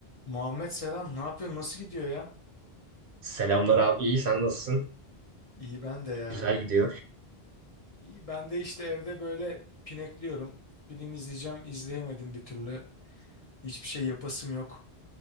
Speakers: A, on the left (about 45°); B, on the right (about 65°).
A: Muhammed selam. Ne yapıyorsun? Nasıl gidiyor ya?
B: Selamlar abi. iyi sen nasılsın?
A: İyi ben de ya.
B: Güzel gidiyor.
A: İyi ben de işte evde böyle pinekliyorum. Film izleyeceğim, izleyemedim bir türlü. Hiçbir şey yapasım yok.